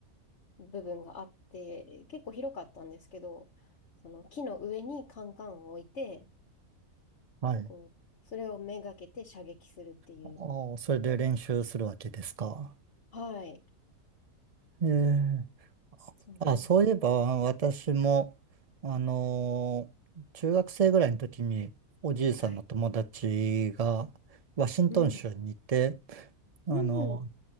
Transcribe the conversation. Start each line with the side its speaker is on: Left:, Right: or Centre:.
Left: 部分があって結構広かったんですけどその木の上にカンカンを置いて
Right: はい。
Left: こうそれをめがけて射撃するっていう
Right: ああ、それで練習するわけですか。
Left: はい
Right: ええ。
Left: そうなの
Right: あ、そういえば、私も、あのー中学生ぐらいの時に、おじいさんの友達が、
Left: はい
Right: ワシントン州にいて、
Left: うん。
Right: あの
Left: うん。